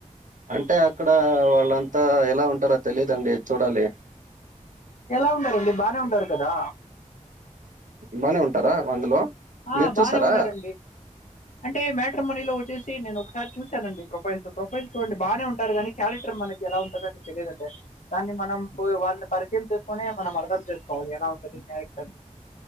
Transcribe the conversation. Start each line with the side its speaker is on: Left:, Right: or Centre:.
Right: అంటే అక్కడ వాళ్ళంతా ఎలా ఉంటారో తెలిదండి చూడాలి
Left: ఎలా ఉంటారండి బానే ఉంటారు కదా
Right: బానే ఉంటారా అందులో
Left: ఆ
Right: మీరు
Left: బానే
Right: చూసారా?
Left: ఉంటారండి అంటే మ్యాట్రిమోనీ వచ్చేసి నేను ఒకసారి చూశానండి ప్రొైల్స్ ప్రొఫైల్స్ చూడండి బానే ఉంటారు కానీ క్యారెక్టర్ మనకి ఎలా ఉంటుంద అని తెలిదంటే దాన్ని మనం వాళ్ళ పరిచయం చేసుకునీ మనం అర్థం చేసుకోవాలి ఎలా ఉంటంది క్యారెక్టర్